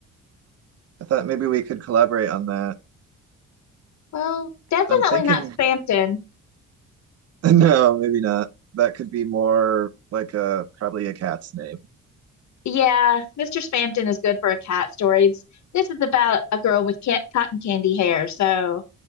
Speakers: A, on the right; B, on the left.
A: I thought maybe we could collaborate on that.
B: Well, definitely
A: I'm thinking
B: not Spampton.
A: <laughs> No, maybe not. That could be more like a probably a cat's name.
B: Yeah, Mr. Spampton is good for a cat stories. This is about a girl with cat cotton candy hair. So,